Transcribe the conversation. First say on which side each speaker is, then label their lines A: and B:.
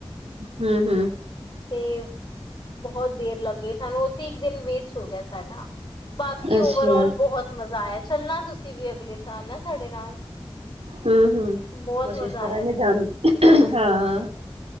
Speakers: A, on the right; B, on the left.
A: ਹਮ-ਹਮ।
B: ਤੇ ਬਹੁਤ ਦੇਰ ਲੱਗ ਗਈ। ਸਾਨੂੰ ਉੱਥੇ ਇੱਕ ਦਿਨ ਵੇਸਟ ਹੋ ਗਿਆ ਸਾਡਾ। ਬਾਕੀ
A: ਅੱਛਾ,
B: ਓਵਰਆਲ ਬਹੁਤ ਮਜ਼ਾ ਆਇਆ ਚੱਲਣਾ ਤੁਸੀਂ ਵੀ ਅਗਲੇ ਸਾਲ ਨਾ ਸਾਡੇ ਨਾਲ
A: ਹਮ-ਹਮ
B: ਬਹੁਤ
A: ਕੋਸ਼ਿਸ਼
B: ਮਜ਼ਾ
A: ਕਰਾਂਗੇ
B: ਆਇਆ ਸੀ
A: ਜਾਣ ਹਾਂ।